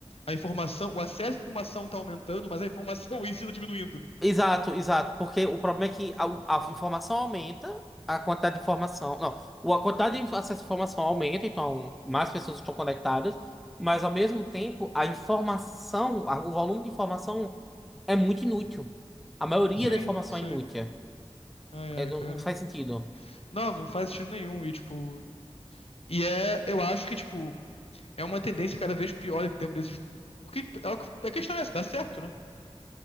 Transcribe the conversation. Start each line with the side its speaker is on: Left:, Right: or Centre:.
Left: a informação, o acesso à informação está aumentando, mas a informação <laughs> em si tá diminuindo.
Centre: Exato, exato. Porque o problema é que a, a informação aumenta, a quantidade de informação. Não, o- a quantidade de acesso à informação aumenta, então mais pessoas estão conectadas, mas ao mesmo tempo a informação, a- o volume de informação é muito inútil. A maioria
Left: Sim,
Centre: da informação
Left: sim.
Centre: é inútil.
Left: Ai,
Centre: É,
Left: ai,
Centre: não,
Left: cara.
Centre: não faz sentido.
Left: Não, não faz sentido nenhum. E, tipo, e é, eu acho que, tipo, é uma tendência cada vez pior em termos desses. Porque é o que- a questão é essa, dá certo, né?